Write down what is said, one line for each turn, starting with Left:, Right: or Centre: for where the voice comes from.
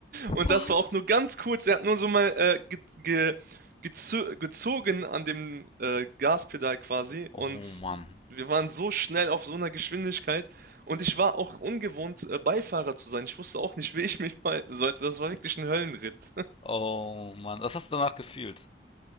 Right: und
Left: Was?
Right: das war auch nur ganz kurz. Er hat nur so mal äh, ge ge gezo gezogen an dem äh, Gaspedal quasi.
Left: Oh
Right: Und
Left: Mann.
Right: wir waren so schnell auf so einer Geschwindigkeit. Und ich war auch ungewohnt, äh, Beifahrer zu sein. Ich wusste auch nicht, wie ich mich verhalten sollte. Das war wirklich ein Höllenritt.
Left: Oh Mann. Was hast du danach gefühlt?